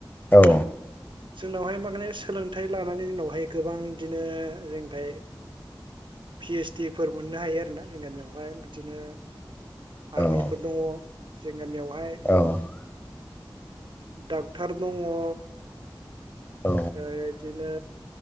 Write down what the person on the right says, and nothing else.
जोंनावहाय मागे सोलोंथाइ लानानै जोंनावहाय गोबां इदिनो जोंनिफ्राय पि एइस डि फोर मोननो हायो आरोना जोंनि गामियावहाय बिदिनो
आर्मिफोर दंङ गामियावहाय
डाक्टर दंङ ओ
बिदिनो